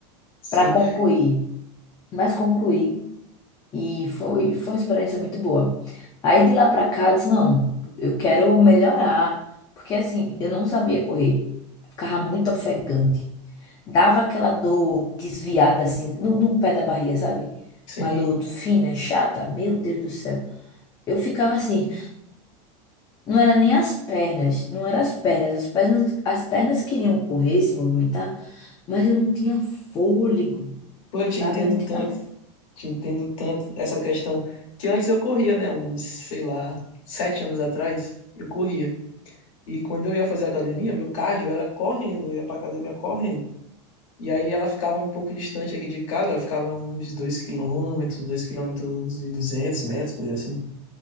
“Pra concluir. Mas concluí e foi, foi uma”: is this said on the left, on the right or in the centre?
Left